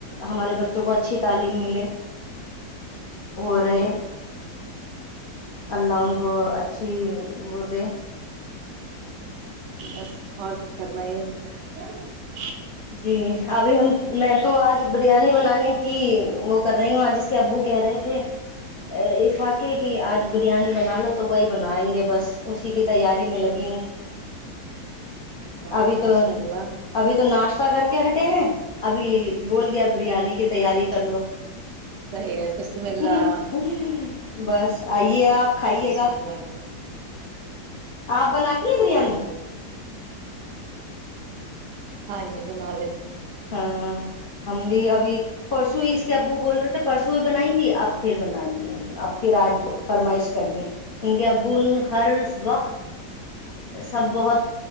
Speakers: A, on the left; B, on the right.
A: ہمارے بچوں کو اچھی تعلیم ملے <unintelligible> وہ رہے
B: جی
A: <unintelligible> اللہ ان کو اچھی وہ دے
B: بس اور فرمائیے <unintelligible>
A: جی ابھی ہم میں تو آج بریانی بنانے کی وہ کر رہی ہوں آ جس کے ابو کہہ رہے تھے افاقے کے کہ آج بریانی بنا لو تو وہی بنائیں گے بس اسی کی تیاری میں لگی ہوں <unintelligible>
B: واہ
A: ابھی
B: ماشاء
A: تو
B: اللہ
A: ابھی تو ناشت کر کے ہٹے ہیں ابھی <unintelligible> بول گیا بریانی کتنی <unintelligible> تیاری کر لو
B: صحیح ہے بسم اللہ
A: <unintelligible> بس آئیے آپ کھائیے
B: بسم
A: گا
B: اللہ کی تو
A: آپ بناتی ہیں بریانی
B: ہاں جی ہاں جی بنا لیتا ہوں
A: ہاں ہم بھی ابھی پرسوئی اس کے ابو بول رہے <unintelligible> پرسوں بھی بنائی تھی اب پھر بنا دیا اب پھر آج فرمائش کر دی ان کے ابو ہر وقت سب بہت